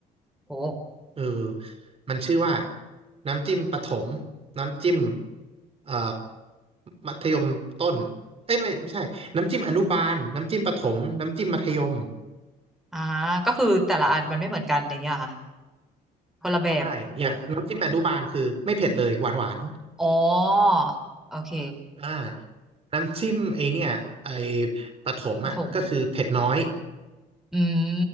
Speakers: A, in the centre; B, on the right.
A: โห
B: เออมันชื่อว่าน้ำจิ้มประถมน้ำจิ้มเอ่อมัธยมต้นเอ้ยไม่ไม่ใช่น้ำจิ้มอนุบาลน้ำจิ้มประถมน้ำจิ้มมัธยม
A: อ่าก็คือแต่ละอันมันไม่เหมือนกันอะไรเงี้ยเหรอค่ะคนละแบบ
B: ใช่อย่างน้ำจิ้มอนุบาลคือไม่เผ็ดเลยหวานหวาน
A: อ๋อโอเค
B: อ่าน้ำจิ้มไอเนี่ยไอประถมอ่ะก็คือเผ็ดน้อย
A: ประถมอืม